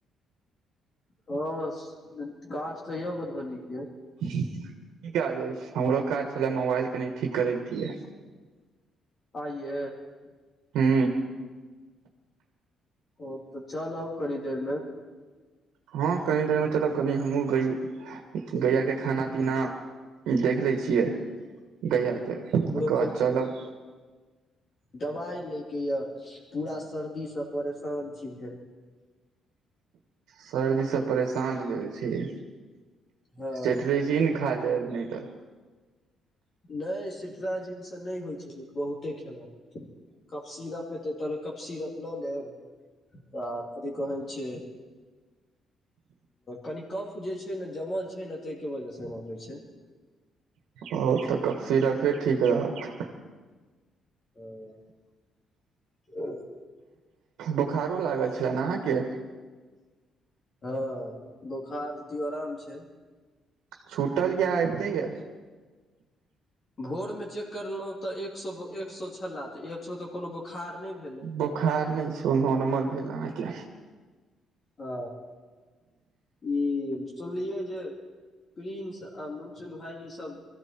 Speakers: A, on the left (about 40°); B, on the right (about 80°).
A: हँ काज त या मधुबनी के
B: की काज अछि हमरो काज छलै मोबाइल कनि ठीक करेतियै
A: आइे
B: हू
A: ओ तऽ चल आउ कनी देरमे
B: हँ कनी देर मे चलब कनि हमहूँ ग गैयाके खाना पीना देख ले छियै गैया के ओकर
A: हमरो
B: बाद चलब
A: दवाइ ले के ये पूरा सर्दी से परेशान छी भेल
B: सर्दीसँ परेशान भेल छी
A: हँ
B: सेटरेजी ने खा लेब नहि तऽ
A: नहि सिटरा जिन से नहि होइ छै बहुते खेलहुँ कफसिरप ऐत तरह कफ सी रप लऽ लेब त कथिी कहै छै कनी कफ जे छै ने जमल छै ने ताहिके वजह सेना होइ छै
B: ओ तऽ कफ सीरसे ठीक रहत
A: हँ
B: बोखारो लागल छलनि अहाँके
A: हँ बोखार त आराम छै
B: छूटल की अबीतैय या
A: भोर मे चेक करलहुं तऽ एक स एक सए छल त एक सए तऽ कोनो बोखार नहि भेलै
B: बोखार नहि छ नॉर्मल भेल अहाँके
A: ह ई सुनलियै जे प्रिन्स आ सुन भाायजी सब